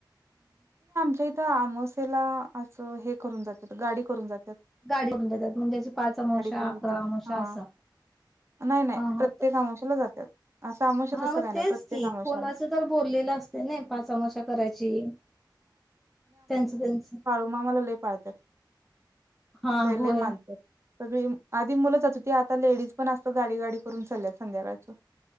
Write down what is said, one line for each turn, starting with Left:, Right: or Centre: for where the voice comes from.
Right: सित आम सला अस हे करून जाते गाडी करून जाते
Centre: गाडी म्हण जात म्हणजे अशी पाच अमावशा
Right: करून
Centre: अकरा
Right: जात्यात
Centre: अमावशा
Right: हा
Centre: असा
Right: नाही नाही
Centre: हा हा
Right: प्रत्येक अमावस्येला जात्यात असं अमावस्या
Centre: हा
Right: तसं
Centre: मग
Right: काय नाही
Centre: तेच
Right: प्रत्येक
Centre: की
Right: अमावस्याला
Centre: कोणाच तर बोललेलं असते ना पाचमश करायची त्यांचं त्यांच
Right: मामाला लय पाळतात
Centre: हा
Right: लय लय
Centre: होय
Right: मानतात सगळी आधी मुलं जातो ती आता लेडीज पण असतं गाडी गाडी करून चालल्यात संध्याकाळचं